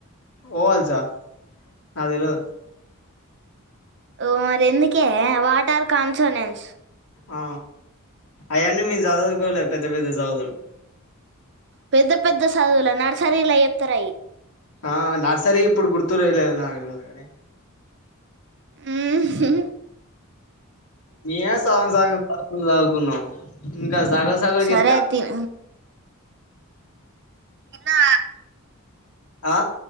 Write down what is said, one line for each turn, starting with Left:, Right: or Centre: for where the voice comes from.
Left: ఓవల్చ నా తెల్వదు
Right: ఓ మరి ఎందుకే వాట్ ఆర్ కాన్సనెన్స్
Left: ఆ అయన్నీ మేము చదువులుకోలే పెద్ద పెద్ద చదువులు
Right: పెద్ద పెద్ద చదువులు నరసరిలా చెప్తారయి
Left: ఆ నర్సరీ ఇప్పుడు గుర్తు వెేలేదు నాకుగానే
Right: ఊ హు
Left: ఏ సగం సాగం తకు లు తాగుకున్నాం ఇంకా సగం సగం
Right: సరే
Left: చెప్త
Right: తిన ఎన్న
Left: ఆ